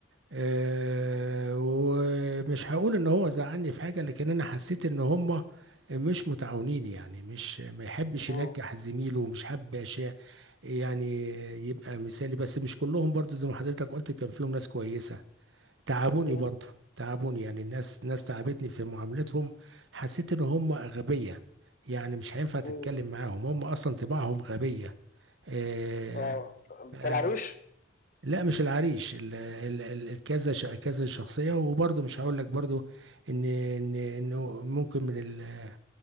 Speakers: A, on the right; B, on the left.
A: آه، ومش هقول ان هو زعلني في حاجه لكن انا حسيت ان هم مش متعاونين يعني مش ما يحبش
B: م-
A: ينجح زميله ومش حابب أشياء- يعني يبقى مثالي بس مش كلهم برضو زي ما حضرتك قلت كان فيهم ناس كويسه تعبوني
B: م-
A: برضو تعبوني يعني الناس ناس تعبتني في معاملتهم حسيت ان هم غبيه يعني مش هينفع تتكلم
B: م.
A: معاهم هم اصلا طباعهم غبيه آه،
B: اه بتاع
A: آه،
B: العريش
A: لا مش العريش ال- ال- ال- الكذا ش- كذا شخصيه وبرضه مش هقول لك برضه ان ان انه ممكن من ال-